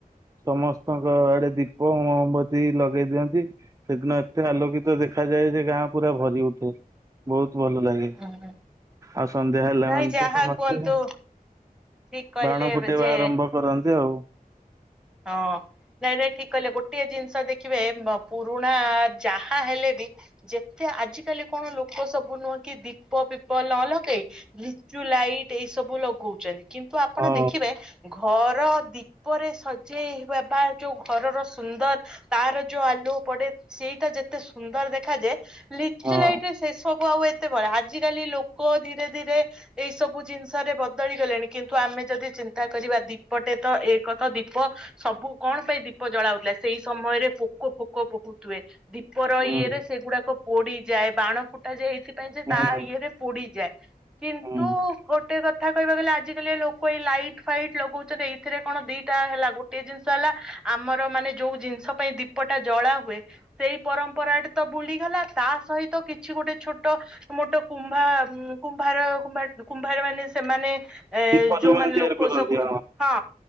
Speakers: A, on the right (about 20°); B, in the centre.
A: ସମସ୍ତ। ଙ୍କ ଆଡେ ଦୀପ ମହମବତୀ ଲଗେଇ ଦିଅନ୍ତି ସେଦିନ ଏତେ ଆଲୋକିତ ଦେଖାଯାଏ ଯେ ଗାଁ ପୁରା ଭରି ଉଠେ ବହୁତ। ଭଲ ଲାଗେ
B: ହୁଁ।
A: ଆଉ ସନ୍ଧ୍ୟା ହେଲା
B: ନାଇଁ
A: ମାନେ
B: ଯାହା
A: ତ ସମସ୍ତେ
B: କୁହନ୍ତୁ ଠିକ କହିଲେ
A: ବାଣ ଫୁଟେଇବା
B: ଯେ
A: ଆରମ୍ଭ କରନ୍ତି ଆଉ।
B: ହଁ ନାଇଁ ଭାଇ ଠିକ କହିଲେ ଗୋଟେ ଜିନିଷ ଦେଖିବେ ପୁରୁଣା ଯାହା ହେଲେ ବି ଯେତେ ଆଜିକାଲି କଣ ଲୋକ ସବୁ ନୁହଁ କି ଦୀପ ପିପ ନ ଲଗେଇ ଲିଚୁ ଲାଇଟ୍ ଏଇ ସବୁ ଲଗଉଛନ୍ତି। କିନ୍ତୁ ଆପଣ
A: ହଁ
B: ଦେଖିବେ ଘର। ର ଦୀପରେ ସଜ। ସେ ବାବା ଯୋଉ ଘରର ସୁନ୍ଦର ତାର ଯୋଉ ଆଲୁଅ ପଡେ ସେଇଟା ଯେତେ ସୁନ୍ଦର ଦେଖାଯାଏ। ଲିଚି
A: ହଁ
B: ଲାଇଟେ ସେ ସବୁ ଆଉ ଏ। କେତେ ବ ଆଜିକାଲି ଲୋକ ଧୀରେ ଧୀରେ ଏଇ ସବୁ ଜିନିଷରେ ବଦଳି ଗଲେଣି କିନ୍ତୁ ଆମେ ଯଦି ଚିନ୍ତା କରିବା ଦୀପଟେ ତ ଏକ ତ ଦୀ । ପ ସବୁ କଣ ପାଇଁ ଦୀପ ଜଳାଉଥିଲା ସେଇ ସମୟରେ ପୋକ ଫୋକ ବହୁତ ହୁଏ ଦୀ । ପ
A: ହୁଁ
B: ଇଏରେ ସେଗୁଡାକ। ପୋଡିଯାଏ ବାଣ ଫୁଟା ଯାଏ ଏଇଥି। ପାଇଁ ଯେ
A: ହୁଁ
B: ତା ଇଏରେ ପୋଡିଯାଏ। କିନ୍ତୁ
A: ହୁଁ
B: ଗୋଟେ କ । ଥା କହିବା ଗଲେ ଆଜିକାଲି ଲୋକ ଏଇ ଲାଇଟ୍ ଫାଇଟ୍ ଲଗଉଛନ୍ତି ଏଇଥିରେ କଣ ଦେଇ। ହେଲା ଗୋଟେ ଜିନିଷ ହେଲା ଆମର ମାନେ ଯୋଉ ଜିନିଷ ପାଇଁ ଦୀପ ଟା ଜଳା ହୁଏ ସେଇ ପରମ୍ପରାଟା ତ ବୁଡିଗଲା ତା ସହିତ କିଛି ଗୋଟେ ଛୋଟ ମୋଟ କୁମ୍ଭ କୁମ୍ଭାର କୁମ୍ଭାର ମାନେ ସେମାନେ। ଏ
A: ଦୀପ
B: ଯୋଉମାନେ
A: ତିଆରି
B: ଲୋକ
A: କରନ୍ତି
B: ସବୁ ହଁ।